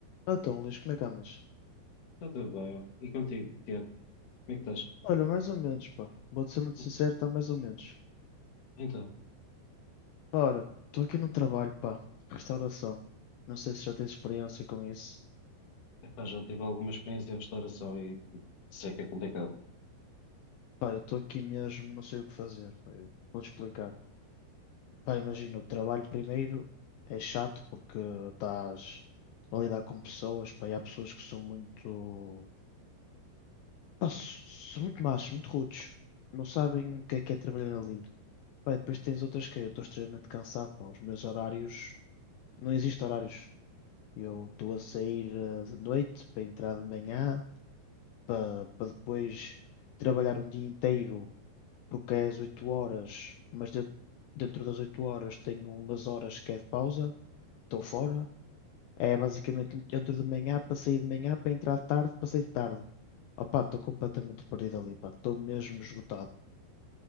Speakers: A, on the left (about 85°); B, on the left (about 55°).
A: Então, Luís, como é que andas?
B: Está tudo bem, ó. E contigo, Tiago? Como é que estás?
A: Olha, mais ou menos, pá. Vou-te ser muito
B: Então,
A: sincero, está mais ou menos.
B: então,
A: Pá, Ora, estou aqui no trabalho, pá. Restauração. Não sei se já tens experiência com isso.
B: epá, já tive alguma experiência em restauração e, e sei que é complicado.
A: Pá, eu estou aqui mesmo, não sei o que fazer. pá, Eu vou-te explicar. Pá, imagina, o trabalho primeiro é chato porque estás a lidar com pessoas, pá, e há pessoas que são muito... Pá, s- são muito machos, muito rudes. Não sabem o que é que é trabalhar ali. Pá, e depois tens outras que eu estou extremamente cansado, pá. Os meus horários... Não existe horários. Eu estou a sair eh, de noite para entrar de manhã, para, para depois trabalhar um dia inteiro, porque é às 8 horas, mas dentro, dentro das 8 horas tenho umas horas que é de pausa, estou fora. É basicamente entro de manhã para sair de manhã, para entrar de tarde, para sair de tarde. Opá, estou completamente perdido ali, pá, estou mesmo esgotado.